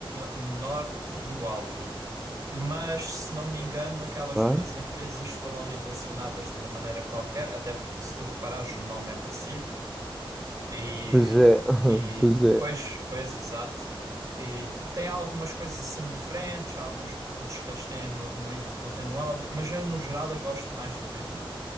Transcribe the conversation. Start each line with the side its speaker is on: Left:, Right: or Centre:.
Right: menor no Aldi. Mas, se não me engano, aquelas
Centre: ok.
Right: duas empresas estão ali relacionadas de uma maneira qualquer, até porque se tu reparares o nome é parecido e,
Centre: Pois é, <laughs>
Right: e
Centre: pois é.
Right: pois, pois, exato. E tem algumas coisas assim diferentes, há alguns produtos que eles têm no, no Lidl que não têm no Aldi, mas eu no geral eu gosto mais do Lidl